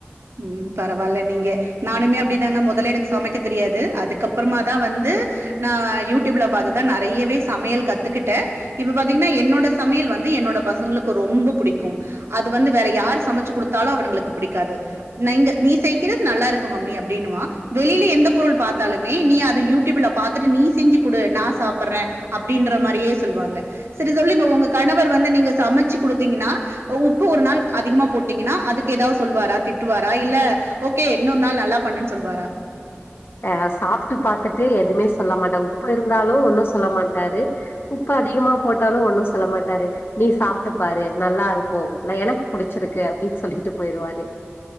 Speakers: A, on the right; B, on the left.
A: ம் பரவால்ல நீங்க நானுமே அப்டிதாங்க மொதல்ல எனக்கு சமைக்க தெரியாது அதுக்கப்புறமாதா வந்து நா யூடியூப்ல பாத்துதா நெறையவே சமையல் கத்துக்கிட்டே இப்ப பாத்தீங்கன்னா என்னோட சமையல் வந்து என்னோட பசங்களுக்கு ரொம்ப பிடிக்கும் அது வந்து வேற யாரு சமைச்சு குடுத்தாலு அவனுங்களுக்கு பிடிக்காது நீங்க நீ செய்க்கிறது நல்லா இருக்கு மம்மி அப்டின்னுவா வெளில எந்த பொருள் பாத்தாலுமே நீ அத யூடியூப்ல பாத்துட்டு நீ செஞ்சு குடு நா சாப்பட்றே அப்டின்ற மாரியே சொல்லுவாங்க செரி சொல்லுங்க உங்க கணவர் வந்து நீங்க சமைச்சு குடுத்தீங்கன்னா ஒ உப்பு ஒரு நாள் அதிகமா போட்டீங்கன்னா அதுக்கு ஏதாவது சொல்வாரா திட் டுவாரா இல்ல ஓகே இன்னொரு நாள் நல்லா பண்ணுன்னு சொல்வாரா
B: ஆ சாப்ட்டு பாத்துட்டு எதுமே சொல்ல மாட்டா உப்பு இருந்தாலு ஒண்ணு சொல்ல மாட்டாரு உப்பு அதிகமா போட்டாலு ஒண்ணு சொல்ல மாட்டாரு நீ சாப்ட்டு பாரு நல்லா இருக்கு நா எனக்கு புடிச்சிருக்கு அப்டின்னு சொல்லிட்டு போயிருவாரு